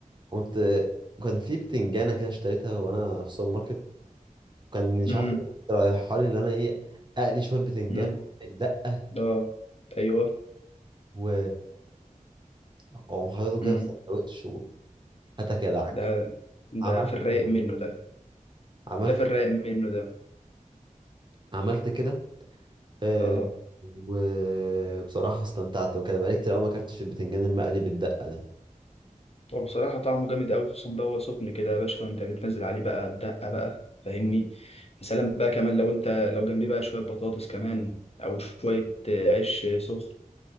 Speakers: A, on the right; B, on the left.
A: قمت كان في بتنجانة كده اشتريتها وأنا في السوبر ماركت كان مش
B: امم
A: عارف رايحة لي اللي أنا إيه أقلي شوية بتنجان
B: امم
A: وأعمل دقة
B: ده ايوه
A: و أقوم حاططهم كده
B: امم
A: في سندوتش وهاتك يا دعك
B: ده ده
A: عملت
B: في الرايق
A: كده
B: منه ده
A: عملت
B: ده في الرايق منه ده
A: عملت كده آه،
B: اه
A: وبصراحة استمتعت وكان بقالي كتير أوي ما أكلتش البتنجان المقلي بالدقة ده
B: هو بصراحه طعمه جامد قوي خصوصا بقى هو سخن كده يا باشا وانت بتنزل عليه بقى الدقه بقى فاهمني يا سلام بقى كمان لو انت لو جنبيه بقى شويه بطاطس كمان او شويه آه، عيش آه، سخن